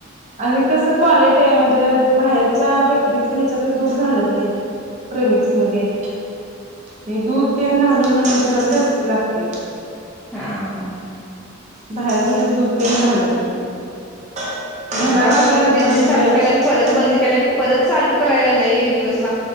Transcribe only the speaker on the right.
आणि कसं क्वालिटी आहे, म्हणजे बाहेरच्या बेकरीतलं हेच्यातनं दूध घालत नाहीत. प्रेमिक्समध्ये. हे दूध तेन घालून म्हणा ते जरा टेस्टी लागतयं.
बाहेर तेच्यात दूध तेन घालत नाहीत. म्हणा
लागले
आम्ही
पण
बॅच